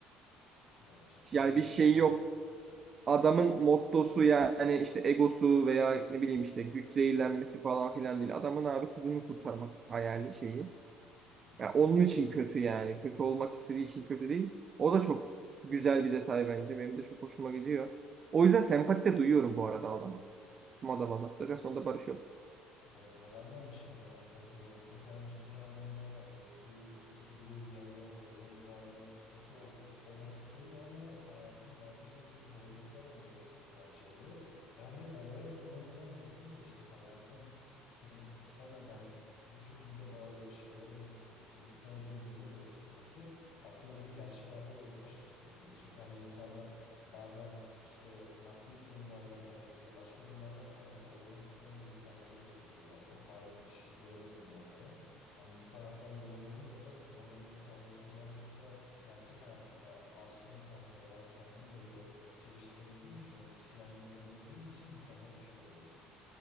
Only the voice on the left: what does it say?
Ya ciddi
anlamda
öyle.
Hı
hı.
Evet ya ben de aynı şekilde sempati duyuyorum. Çünkü hani ciddi anlamda e, bir kötü bir yanı yok dediğin gibi hani kötü ol, is- olmak istemiyor ama hayatın vermiş olduğu zorluklar onu böyle bir insan çeviriyor. Yani olaya bu yönünden bakınca işte hayatın seni istemeden bu şekilde böyle şeylere dönüştürmesi, istemediğin birini dönüştürmesi aslında bunu gerçek hayatta da özdeşleştirebiliriz. Çünkü hani insanlar Bazen işte maddi durumlardan kaynaklı ya da başka durumlardan kaynaklı olmak istemediği insanlara dönüşüyorlar. Çok farklı kişiliklere bölünüyorlar falan. Hani bu taraftan yorumlayınca da kum adamın hikayesi birazcık da gerçek hayatta başka insanlara belki kendinle bile çeliştirebildiğin için, onu ilişkilendirilebildiğin için mükemmel bir şey oluyor.